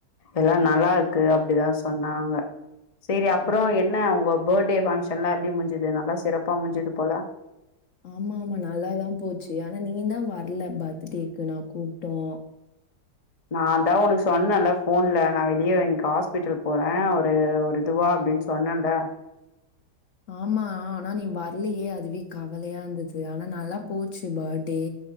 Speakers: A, on the left; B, on the left.
A: எல்லா நல்லா இருக்கு அப்டிதான் சொன்னாங்க சேரி அப்றோ
B: அப்
A: என்ன உங்க பேர்த்டே பங்க்ஷன்லா எப்டி முஞ்சது நல்லா சிறப்பா முஞ்சுது போல
B: ஆமா ஆமா நல்லாதான் போச்சு ஆனா நீ தான் வர்ல பர்த்டேக்கு நான் கூப்டோ
A: நான் அதான் உனக்கு சொன்னேன்ல்ல போன்ல நான் வெளியே இன்னைக்கு ஹாஸ்பிட்டல் போறே ஒரு ஒரு இதுவா அப்டின் சொ சொன்னன்ல
B: ஆமா ஆனா நீ வர்லையே அதுவே கவலையா இருந்தது ஆனா நல்லா போச்சு பேட்டே